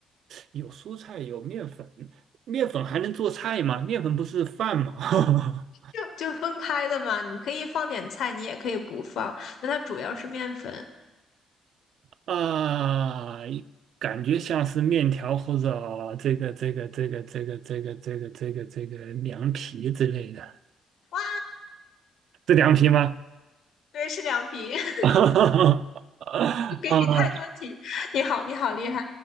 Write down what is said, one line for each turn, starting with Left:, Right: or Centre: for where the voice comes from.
Right: 有蔬菜，有面粉，面粉还能做菜吗？面粉不是饭吗？<laughs>
Left: 就就分开的嘛。你可以放点菜，你也可以不放，但它主要是面粉。
Right: 啊，感觉像是面条或者这个这个这个这个这个这个这个这个凉皮之类的，
Left: 哇，
Right: 是凉皮吗？
Left: 对，是凉皮。<laughs>
Right: <laughs>
Left: 给你太多题，
Right: 啊
Left: 你好，你好厉害！